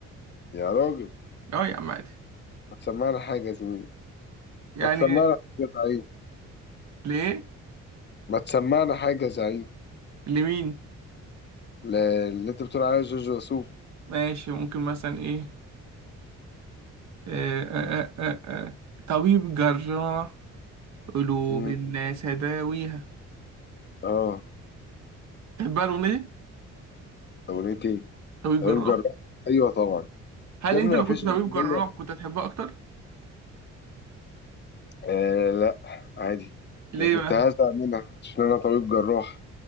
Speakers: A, on the left (about 35°); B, on the right (about 60°).
A: يا راجل
B: اه يا عم عادي
A: ما تسمعنا حاجه يا زميلي
B: يعني
A: ما تسمعنا حاجه يا زعيم
B: ليه
A: ما تسمعنا حاجه يا زعيم
B: لمين
A: ل- اللي انت بتقول عليها جورج وسوف
B: ماشي ممكن مثلا ايه آه آه آه آه. آه. طبيب جراح قلوب
A: مم.
B: الناس هداويها
A: اه
B: تحبها الاغنيه دي
A: اغنيه ايه
B: طبيب
A: طبيب
B: جراح
A: جراح ايوه طبعا
B: هل
A: يا
B: انت
A: ابني
B: لو
A: ما فيش
B: كنت طبيب
A: اغنيه
B: جراح كنت هتحبها اكتر
A: آه لا عادي
B: ليه
A: انا كنت
B: بقى
A: هزعل منها عشان انا طبيب جراح